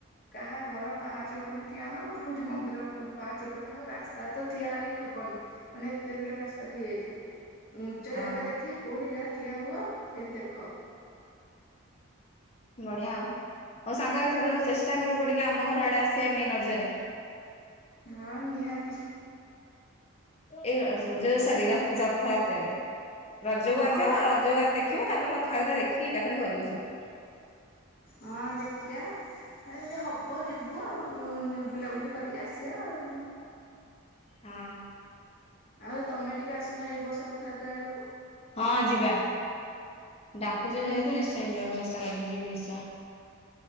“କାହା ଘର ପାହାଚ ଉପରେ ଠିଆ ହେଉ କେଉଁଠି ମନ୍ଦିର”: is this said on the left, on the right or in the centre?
Left